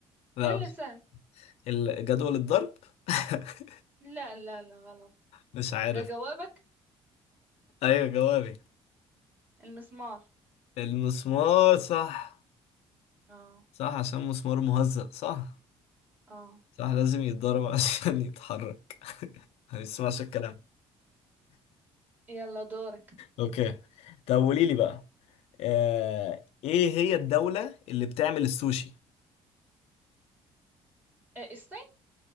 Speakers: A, on the left; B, on the right.
A: لا
B: لا لا سهل
A: ال- جدول الضرب <laughs>
B: لا لا لا غلط
A: مش عارف
B: ده جوابك
A: ايوه جوابي
B: المسمار
A: المسمار صح
B: اه
A: صح عشان مسمار مهزأ صح
B: اه
A: صح لازم يتضرب <laughs> عشان يتحرك <laughs> ما بيسمعش الكلام
B: يلا دورك
A: اوكي طب قولي لي بقى آه... ايه هي الدولة اللي بتعمل السوشي
B: آه، الصين